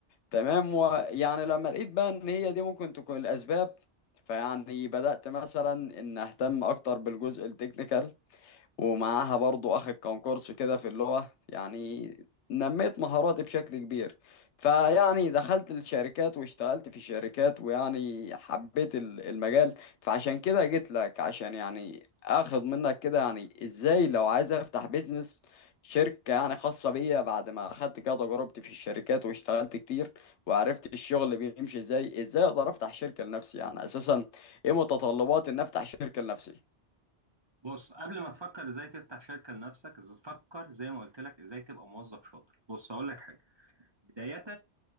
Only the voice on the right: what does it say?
بص قبل ما تفكر ازاي تفتح شركة لنفسك إز- فكر زي ما قلت لك ازاي تبقى موظف شاطر بص اقول لك حاجة بداية